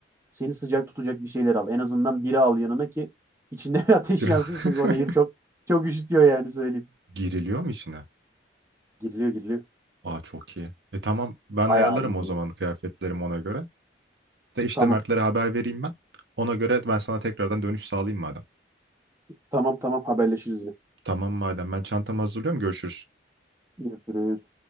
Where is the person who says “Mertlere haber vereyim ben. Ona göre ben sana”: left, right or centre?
Right